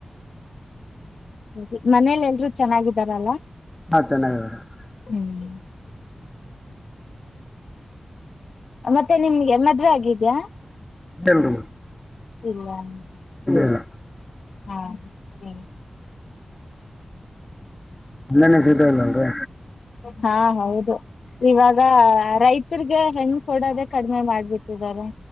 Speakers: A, on the left; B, on the left.
A: ಹ್ಮು ಹ್ಮು ಮನೇಲಿ ಎಲ್ರು ಚೆನ್ನಾಗಿದಾರಲ್ಲ.
B: ಹಾ ಚನ್ನಾಗಿದ್ದರೆ.
A: ಹ್ಮ್ ಮತ್ತೆ ನಿಮ್ಗೆ ಮದ್ವೆ ಆಗಿದೇಯಾ.
B: ಇಲ್ಲ
A: ಇಲ್ಲ ಹು
B: ಇಲ್ಲ
A: ಹು.
B: ಇಲ್ಲೇನೆ ಸೀಟ ಇಲ್ಲ ಅಲ್ರಿ
A: ಹಾ ಹೌದು ಇವಾಗ ರೈತ ರ್ಗೆ ಹೆಣ್ಣ್ ಕೊಡೋದೆ ಕಡಿಮೆ ಮಾಡ್ಬಿಟ್ಟಿದ್ದಾರೆ.